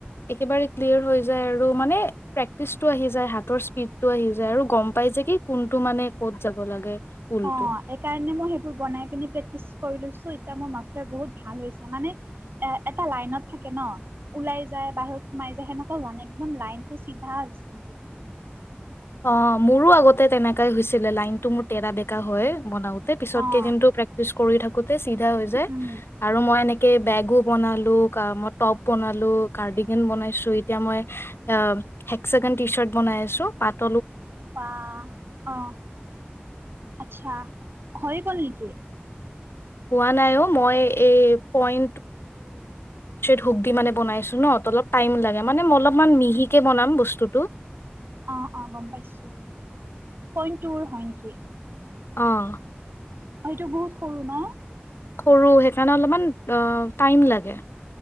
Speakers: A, on the left; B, on the right.
A: একেবাৰে ক্লিয়াৰ হৈ যায় আৰু মানে প্ৰেক্টিচটো আহি যায় হাতৰ স্পীডটো আহি যায় আৰু গম পাই যে কি কোনটো মানে ক'ত যাব লাগে ঊলটো
B: অ এই কাৰণে মই সেই বনাই পিনি প্ৰেক্টিচ কৰি লৈছো এতিয়া মোৰ মাৰে বহুত ভাল হৈছে মানে এ এটা লাইনত থাকে ন ওলাই যায় বাহিৰত সোমাই যায় সেনেকুৱা হোৱা নাই একদম লাইনতটো চিধা হৈছে মোৰ
A: অ মোৰো আগতে তেনেকাই হৈছিলে লাইনতটো মোৰ তেটৰা বেকা হয় বনাও পিছতকে
B: অ
A: কিনটো প্ৰেক্টিচ কৰি থাক চিধা হৈ যায়,
B: উম
A: আৰু মই এনে কে বেগো বনালো ক মই টপ বনালো কাৰ্ডিিকেন বনাইছো এতিয়া মই অ হেকচ টি চাৰ্ট বনাই আছো পাত
B: আহ আহ আচ্ছা হৈ গ'ল নেকি
A: হ নাই অ মই এইই হু দি মানে বনাইছো নল টাইম লাগে মানে অলপ মিহিকে বন বস্তুটো
B: অ অ গম পাইছো পইণ্ট টুৰ হয় নেকি
A: আহ
B: এইটো বহুত সৰু ন?
A: সৰু সেইকাৰণে অলপমান টাইম লাগে